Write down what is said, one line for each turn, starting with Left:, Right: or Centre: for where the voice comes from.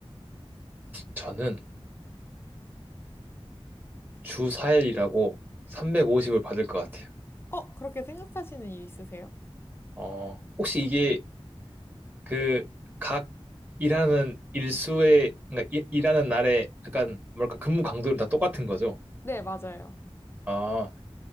Right: 저는 주 4일이라고 350을 받을 것 같아요.
Left: 어, 그렇게 생각하시는 이유 있으세요?
Right: 어, 혹시 이게 그 각 일하는 일수의, 그러니까 일- 일하는 날에 약간 뭐랄까 근무 강도는 다 똑같은 거죠?
Left: 네, 맞아요.
Right: 아,